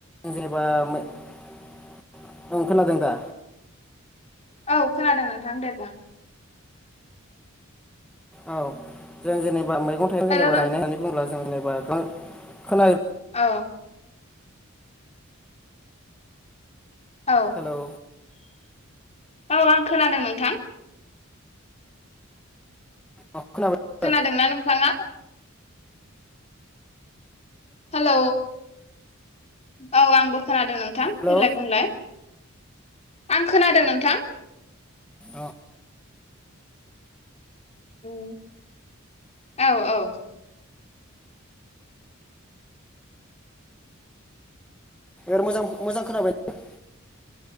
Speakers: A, in the centre; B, on the left (about 30°).
A: जेनेबा <unintelligible> ओं खोनादों दा
B: औ खोनादों नोंथां दे बुं
A: औ जों जेनेबा मैगं थाइगं
B: हेलौ
A: जेनेबा
B: नों
A: गायनाय होननानै बुङोबा जों जेनेबा खोना
B: औ औ
A: हेलौ
B: औ आं खोनादों नोंथां
A: अ खोनाबाय
B: खोनादोंना नोंथाङा हेलौ औ आंबो खोनादों नों थां
A: हेलौ
B: देलाय बुंलाय आं खोनादों नोंथां
A: अ औ
B: उम्म औ औ
A: बेयार मोजां मोजां खोनाबाय